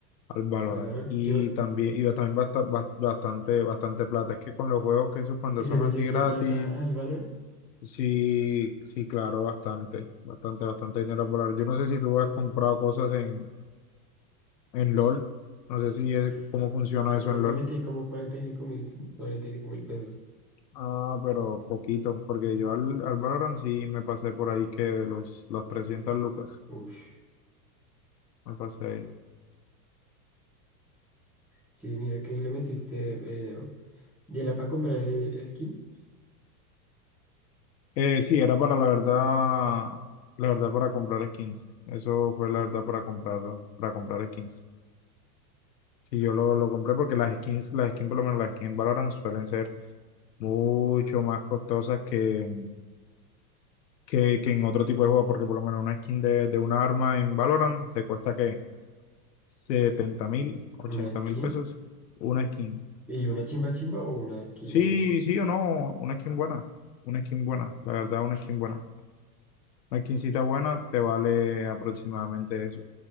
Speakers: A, on the left (about 80°); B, in the centre.
A: al Valorant.
B: ¿Al Valorant?
A: Y
B: Yo
A: también,
B: <laughs>
A: y también basta- bas- bastante, bastante plata. Es que con los juegos que esos cuando
B: le
A: son
B: metiste
A: así gratis,
B: plata al Valorant.
A: sí, sí, claro, bastante, bastante, bastante dinero a volar. Yo no sé si tú has comprado cosas en, en LOL, no sé si
B: <sighs>
A: es,
B: Uf,
A: cómo funciona
B: Una
A: eso
B: vez
A: en
B: le
A: LOL.
B: metí como cuarenta y cinco mil, cuarenta y cinco mil pesos.
A: Ah, pero poquito, porque yo al, al Valorant sí me pasé por ahí que de los, las 300 lucas
B: Ush.
A: me pasé ahí.
B: Sí, mira que le metiste. eh, Y era para comprar eh, skin,
A: Eh, sí, era para la verdad, la verdad para comprar skins. Eso fue la verdad para comprar, para comprar skins. Y yo lo, lo compré porque las skins, las skins, por lo menos las skins en Valorant suelen ser mucho más costosas que, que, que en otro tipo de juego, porque por lo menos una skin de, de una arma en Valorant te cuesta que setenta mil, ochenta
B: una skin
A: mil pesos una skin.
B: y una chimba chimba o una skin
A: Sí,
B: ahí.
A: sí o no, una skin buena, una skin buena, la verdad, una skin buena. Una skincita buena te vale aproximadamente eso.